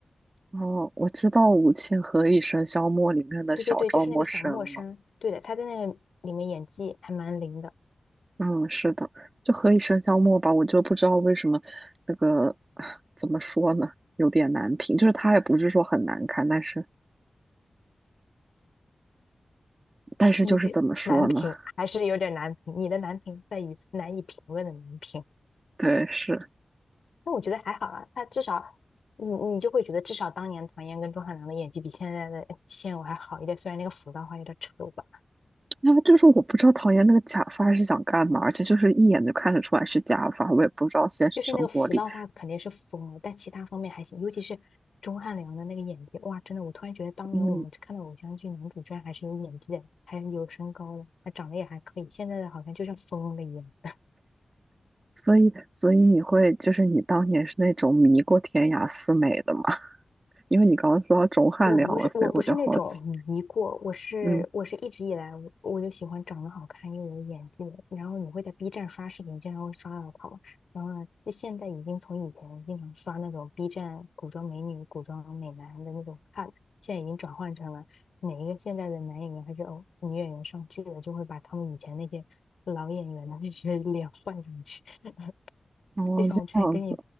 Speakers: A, on the right; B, on the left.
A: 哦，我知道“吾妻何以笙箫默”里面的小赵默笙了。
B: 对对对，就是那个小默生，对的，她在那个里面演技还蛮灵的。
A: 嗯，是的，就“何以笙箫默”吧，我就不知道为什么那个啊怎么说呢，有点难评。就是它也不是说很难看，但是但是就是怎么说呢？
B: 你难评 <laughs> 还是有点难评，你的难评在于难以评论的难评。
A: <laughs> 对，是，
B: 那我觉得还好啦，他至少你你就会觉得至少当年唐嫣跟钟汉良的演技比现在的哎现偶还好一点，虽然那个服道化有点丑吧，
A: 那就是我不知道唐嫣那个假发是想干嘛，而且就是一眼就看得出来是假发，我也不知道现实生活里，
B: 就是那个服道化肯定是疯了，但其他方面还行，尤其是钟汉良的那个演技，哇，真的，我突然觉得当年我们看到偶像剧男主居然还是有演技的，
A: 嗯，
B: 还有身高的，他长得也还可以，现在的好像就像疯了一样。
A: 所以所以你会就是你当年是那种迷过天涯四美的吗？因为你刚刚说到钟汉良了，
B: 我不是我不是那种迷过，
A: 所以我就好奇。
B: 我是我是一直以来我我就喜欢长得好看又有演技的。
A: 嗯，
B: 然后你会在 B 站刷视频，经常会刷到他嘛。然后呢，就现在已经从以前经常刷那种 B 站古装美女、古装美男的那种看，现在已经转换成了哪一个现在的男演员还是哦女演员上剧了，就会把他们以前那些老演员的那些脸 <laughs> 换上去。<laughs>
A: 哦，
B: 就像我之前跟你。
A: 这样子，